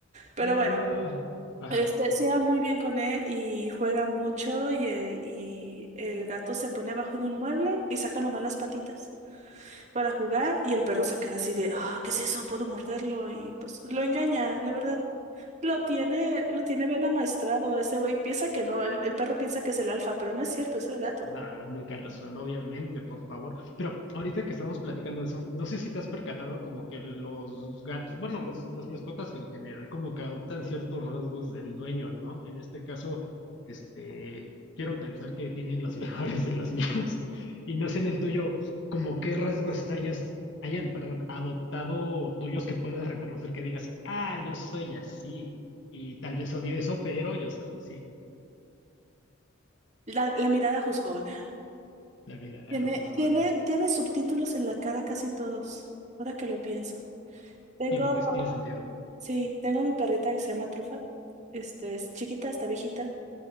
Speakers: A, on the right; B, on the left.
A: Pero
B: Oh,
A: bueno,
B: no. Ajá.
A: este, sea muy bien con él y juega mucho y, eh, y el gato se pone abajo de un mueble y saca nomás las patitas para jugar y el perro se queda así de, ah, ¿qué es eso? ¿Puedo morderlo? Y pues lo engaña, la verdad. Lo tiene, lo tiene bien amaestrado ese güey. Piensa que no, el, el perro piensa que es el alfa, pero no es cierto, es el gato.
B: Nah, nunca lo son, obviamente, por favor. Pero ahorita que estamos platicando de eso, no sé si te has percatado como que los gatos, bueno, los, las mascotas en general, como que adoptan ciertos rasgos del dueño, ¿no? En este caso, este, quiero pensar que tienen los <laughs> mejores de los míos. <laughs> Y no sé en el tuyo, como qué rasgos hayas, hayan, perdón, adoptado tuyos que puedas reconocer que digas, ah, yo soy así. Y tal vez odio eso, pero yo soy así.
A: La, la mirada juzgona.
B: La mirada
A: Tiene,
B: juzgona.
A: tiene, tiene subtítulos en la cara casi todos, ahora que lo pienso. Tengo,
B: Tiene, tiene sentido.
A: sí, tengo mi perrita que se llama Trufa. Este, es chiquita, está viejita,